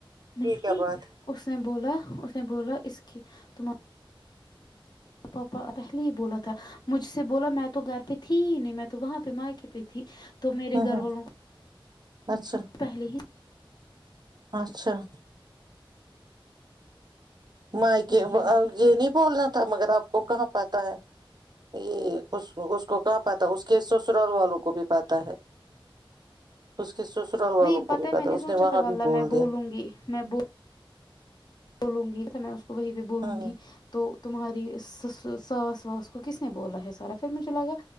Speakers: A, on the left; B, on the right.
A: نہیں
B: یہ کیا بات
A: اس نے بولا اس نے بولا اس <unintelligible> کہ تم <inaudible> پاپا پہلے ہی بولا تھا مجھ سے بولا میں تو گھر پہ <unintelligible> تھی نہیں میں تو وہاں پہ ماں کے <unintelligible> پتھی <inaudible> تو
B: ہاں
A: میرے گھر
B: ہاں
A: والوں کو
B: اچھا
A: پہلے ہی <unintelligible>
B: اچھا <inaudible> مائک
A: وہی
B: یہ
A: وہی
B: نہیں بولنا <unintelligible> مگر آپ کو کہاں پاتا ہے یہ اس کو کہاں پاتا اس کے سسرال والوں کو بھی پاتا ہے <unintelligible> سسرال والوں
A: نہیں
B: کو
A: پتا
B: بھی
A: ہے میں نہیں
B: اس
A: سوچا
B: نے وہاں
A: تھا
B: بھی
A: والا
B: بول
A: میں
B: دیا
A: بولوں گی میں ب <unintelligible> بولوں گی تو میں <unintelligible> وہی پ بولوں
B: ہاں
A: گی تو <inaudible> تمہاری ساس واس کو کس نے بولا ہے ساراف <unintelligible> پھر مجھے لگا